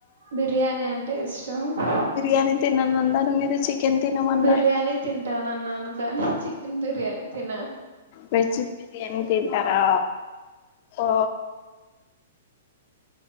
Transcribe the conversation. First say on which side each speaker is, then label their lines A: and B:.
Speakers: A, on the right; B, on the left.
A: బిర్యానీ అంటే ఇష్టం టం
B: బిర్యానీ తినను అనరు మీరు చికెన్ తినమన్నారు
A: బిర్యానీ తింటాన అన్నాను కానీ చికెన్ బిర్యానీ తిన
B: వెజ్ బిర్యానీ తింటారా ఓ